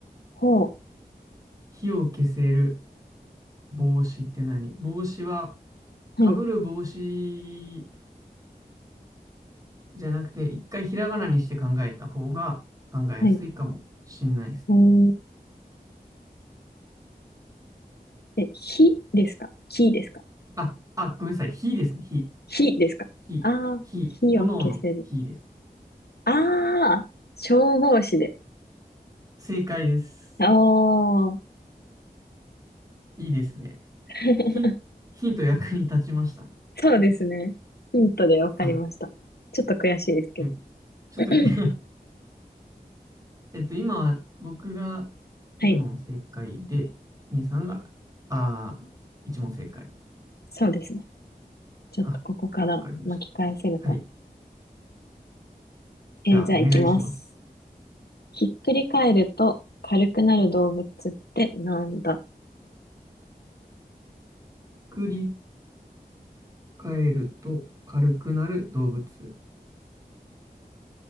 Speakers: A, on the left; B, on the right.
A: ほう。
B: 火を消せる帽子って何帽子は、
A: はい。
B: かぶる帽子じゃなくて、一回ひらがなにして考えた方が考えやすいかもしんないですね。
A: はい。うーん。え、火ですか火ですか
B: あ、あ、ごめんなさい。火ですね。火、
A: 火ですかああー、
B: 火、火、
A: 火を消せる。
B: 炎の火です。
A: ああ、消防士で。
B: 正解です。
A: ああ、
B: いいですね。
A: <laughs>
B: ヒン、ヒント役に立ちました。
A: そうですね。ヒントでわかりました。
B: あ、
A: ちょっと悔しいですけど。
B: よく、ちょっとく
A: <clears throat>
B: <laughs> えっと、今は僕が
A: はい。
B: 2問正解で、兄さんが、あー、1問正解。
A: そうですね。ちょっとここから巻き返せるか。
B: あ、わかりました。はい。じゃあ、
A: えーじゃあ行きます。
B: お願いします。
A: ひっくり返ると軽くなる動物ってなんだ
B: 繰り返ると軽くなる動物。